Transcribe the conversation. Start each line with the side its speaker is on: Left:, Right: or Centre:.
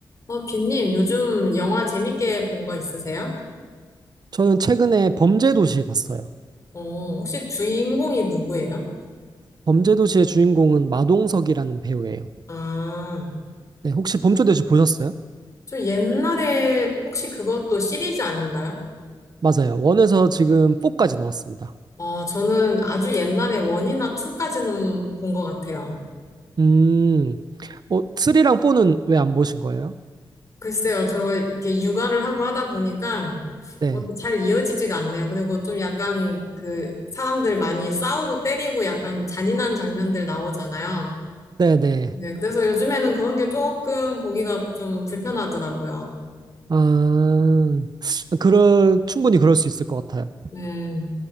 Left: 어, 빈님, 요즘 영화 재밌게 본 거 있으세요?
Right: 저는 최근에 범죄도시 봤어요.
Left: 어, 혹시 주인공이 누구예요?
Right: 범죄도시의 주인공은 마동석이라는 배우예요.
Left: 아,
Right: 네, 혹시 범죄도시 보셨어요?
Left: 저 옛날에 혹시 그것도 시리즈 아닌가요?
Right: 맞아요. 원에서 지금 4까지 나왔습니다.
Left: 어, 저는 아주 옛날에 원이나투까지는 본 것 같아요.
Right: 음, 어, 3랑 4는 왜 안 보신 거예요?
Left: 글쎄요, 저 이렇게 육아를 하고 하다 보니까
Right: 네,
Left: 뭐 이렇게 잘 이어지지가 않네요. 그리고 좀 약간 그 사람들 많이 싸우고 때리고 약간 잔인한 장면들 나오잖아요.
Right: 네네.
Left: 네, 그래서 요즘에는 그런 게 조금 보기가 좀 불편하더라고요.
Right: 아, 그럴, 충분히 그럴 수 있을 것 같아요.
Left: 네.